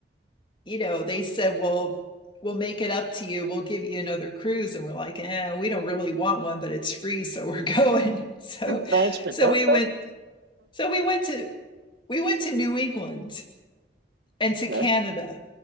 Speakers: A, on the left; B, on the right.
A: you know they said well we'll make it up to you we'll give you another cruise and we're like eh, we don't really want one but it's free so we're <laughs> going so
B: thanks, but
A: so
B: no
A: we
B: thanks.
A: went so we went to we went to new england and to
B: Okay.
A: canada